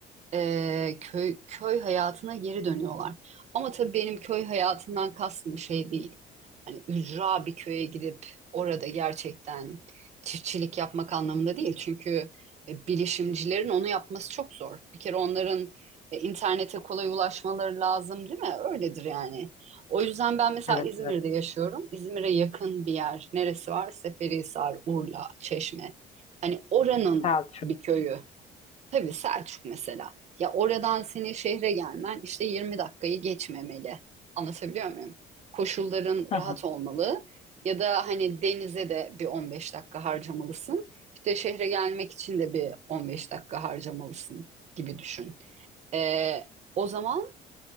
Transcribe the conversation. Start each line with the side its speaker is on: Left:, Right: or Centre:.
Right: e, köy köy hayatına geri dönüyorlar. Ama tabii benim köy hayatından kastım şey değil. Hani ücra bir köye gidip orada gerçekten çiftçilik yapmak anlamında değil. Çünkü e, bilişimcilerin onu yapması çok zor. Bir kere onların e, internete kolay ulaşmaları lazım, değil mi? Öyledir yani. O yüzden ben mesela
Left: Evet
Right: İzmir'de
Left: evet
Right: yaşıyorum. İzmir'e yakın bir yer neresi var? Seferihisar, Urla, Çeşme. Hani oranın
Left: Selçuk.
Right: bir köyü. Tabii Selçuk mesela. Ya oradan senin şehre gelmen işte 20 dakikayı geçmemeli. Anlatabiliyor muyum? Koşulların
Left: Hı
Right: rahat
Left: hı.
Right: olmalı ya da hani denize de bir 15 dakika harcamalısın. İşte şehre gelmek için de bir 15 dakika harcamalısın gibi düşün. Ee, o zaman